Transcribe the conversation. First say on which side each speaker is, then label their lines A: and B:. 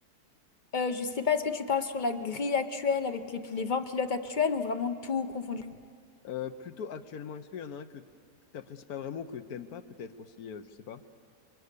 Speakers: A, on the left; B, on the left.
A: Euh, je sais pas, est-ce que tu parles sur la grille actuelle avec les, pi- les 20 pilotes actuels ou vraiment tout confondu?
B: Euh, plutôt actuellement, est-ce qu'il y en a un que t'apprécies pas vraiment ou que t'aimes pas peut-être aussi, euh, je sais pas.